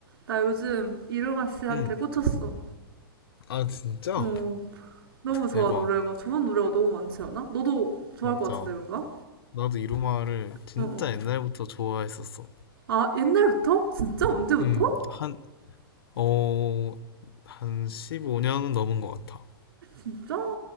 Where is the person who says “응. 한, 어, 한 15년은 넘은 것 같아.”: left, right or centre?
Left